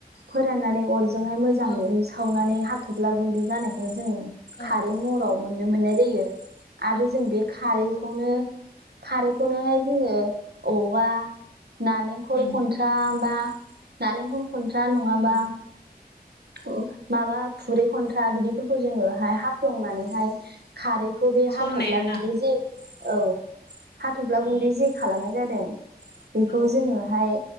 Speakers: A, on the right; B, on the left.
A: फोराननानै अर जोंहाय मोजांयै
B: औ
A: सावनानै हा थ'फ्ला गुन्दै जानायखौनो जोङो। खारै
B: औ
A: महराव मोननो मोननाय जायो। आरो
B: औ
A: जों बे खारैखौनो खारै खौनोहाय जोङो अबावबा नालेंखर
B: उम
A: खनथ्रा बा नालेंखौ खन्थ्रा नङाबा
B: औ
A: औ । माबा खुरै खथ्रा बिदि फोरखौ जोङो हाफ्लंनानैहाय खारै खौ बे
B: सरनायाना
A: हाथग्ला गुन्दै जे औ । हाथफ्ला
B: औ
A: गुन्दै जे लानाय जादों बेखौ
B: औ
A: जोङोहाय